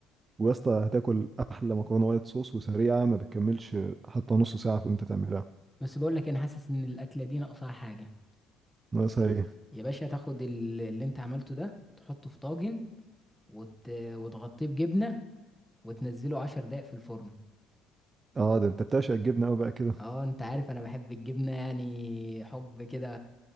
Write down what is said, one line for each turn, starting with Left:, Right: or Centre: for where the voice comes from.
Right: ويا اسطى هتاكل أحلى مكرونة وايت صوص وسريعة ما بتكملش حتى نص ساعة في انت تعملها
Centre: بس بقول لك إيه، انا حاسس ان الاكله دي ناقصها حاجه
Right: ناقصها ايه؟
Centre: يا باشا تاخد ال- اللي انت عملته ده تحطه في طاجن وت... وتغطيه بجبنه وتنزله عشر دقايق في الفرن
Right: اه ده انت بتعشق الجبنة أوي بقى كده
Centre: اه انت عارف انا بحب الجبنه يعني حب كده